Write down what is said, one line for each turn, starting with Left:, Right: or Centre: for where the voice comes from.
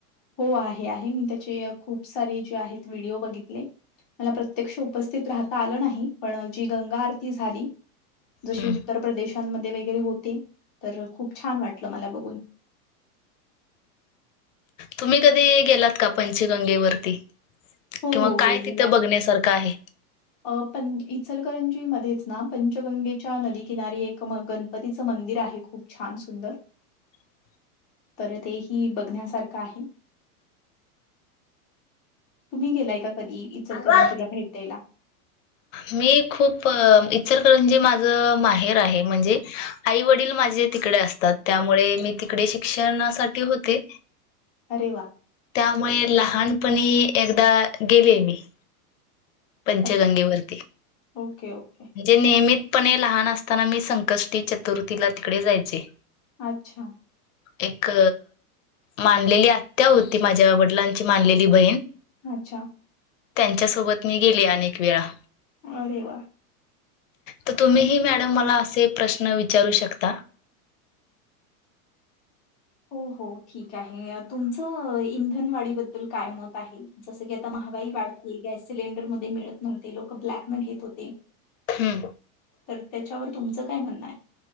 Centre: हो आहे आहे मी त्याचे खूप सारे जे आहेत व्हिडिओ बघितले. मला प्रत्यक्ष उपस्थित राहता आलं नाही पण जी गंगा आरती झाली. जशी
Left: हम्म
Centre: उत्तर प्रदेशांमध्ये वगैरे होते तर खूप छान वाटलं मला बघून
Left: तुम्ही कधी गेलात का पंचगंगेवररती
Centre: हो
Left: किंवा
Centre: हो
Left: काय
Centre: गेलेली
Left: तिथं
Centre: आहे.
Left: बघण्यासारखं आहे.
Centre: अ पं इचलकरंजी मध्येच ना पंचगंगेच्या नदीकिनारी एक म गण णपतीचं मंदिर आहे खूप छान सुंदर
Left: <inaudible>
Centre: तर ते ह बघण्यासारखं आहे. तुम्ही गेलाय का कधी इचलकरंजीला
Left: आहे
Centre: भेट द्यायला.
Left: मी खूप इच्चर करण जे माझं माहेर आहे म्हणजे आई वडील माझे तिकडे असतात त्यामुळे मी तिकडे शिक्षणासाठी होते.
Centre: अरे वा!
Left: त्यामुळे लहानपणी एकदा गेले मी पंचगंगेवरर्ती
Centre: अच्छा. ओके, ओके.
Left: जे नियहितपणे लहान असताना मी संकष्टी चतुर्थीला तिकडे जायचे.
Centre: अच्छा.
Left: एक, मानलेली आत्या होती माझ्या वडलांची मानलेली बहीण.
Centre: अच्छा,
Left: त्यांच्यासोबत मी गेले अनेक वेळा.
Centre: अरे वा.
Left: त तुम्ही मॅडम मला असे प्रश्न विचारू शकता.
Centre: हो हो ठीक आहे तुमचं इंधनवाडीबद्दल काय मत आहे? जसं की आता महागाई वाढते गॅस सिलेंडरमध्ये मिळत नव्हते लोक ब्लॅक नं घेत होते.
Left: हम्म
Centre: तर त्याच्यावर तुमचं काय म्हणणं आहे?